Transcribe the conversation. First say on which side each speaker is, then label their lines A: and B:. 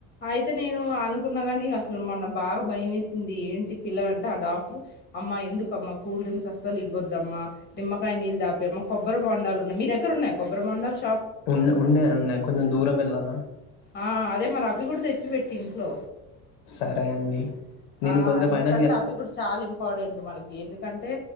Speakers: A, on the left (about 30°); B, on the left (about 75°).
A: అయితే నేను అనుకున్నా కానీ అసలు మొన్న బాగా భయం వేసింది ఏంటి పిల్లలంటే ఆ డాక్టర్ అమ్మ ఎందుకమ్మా కూల్ డ్రింక్స్ అస్సలు ఇవ్వద్దమ్మా నిమ్మకాయ నీళ్ళు దాపి అమ్మా కొబ్బరి బొండాలు ఉన్నాయి మీ దగ్గర ఉన్నాయి కొబ్బరి బొండాలు షా
B: ఉన్నా ఉండే ఉన్నాయి కొంచెం దూరం ఎళ్ళాలా
A: ఆ అదే మరి అవి కూడా తెచ్చిపెట్టి ఇంట్లో
B: సరే అండి నేను
A: ఆ
B: కొంచెం
A: ఎందుకంటే
B: పైన
A: అవి కూడా చాలా ఇంపార్టెండ్ మనకి ఎందుకంటే